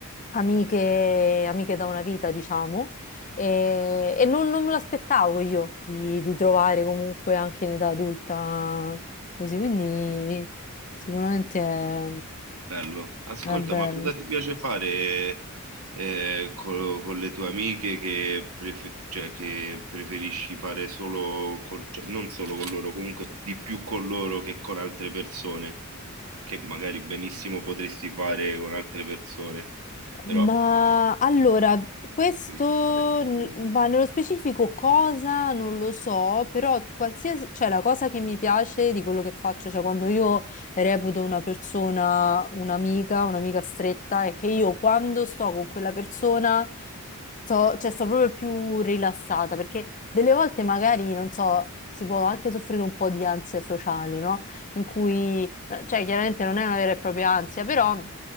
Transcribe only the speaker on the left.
amiche, amiche da una vita, diciamo, e, e non, non me l'aspettavo io di, di trovare comunque anche in età adulta così, quindi sicuramente è,
è bello.
Ma allora, questo,
n- ma nello specifico cosa non lo so, però qualsiasi, cioè la cosa che mi piace di quello che faccio, cioè quando io reputo una persona un'amica, un'amica stretta, è che io quando sto con quella persona sto, cioè, sto proprio più rilassata, perché delle volte magari, non so, si può anche soffrire un po' di ansia sociale, no? In cui eh, Cioè, chiaramente non è una vera e propria ansia, però